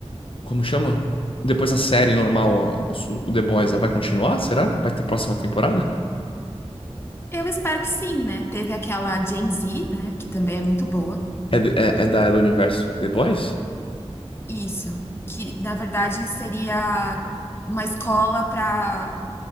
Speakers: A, on the left; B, on the left.
A: como chama? Depois a série normal, ó, o su- o The Boys, ela vai continuar, será? Vai ter próxima temporada?
B: Eu espero que sim, né? Teve aquela Gen Z, né? Que também é muito boa.
A: É, de- é, é da é do universo The Boys?
B: Isso. Que, na verdade, seria uma escola para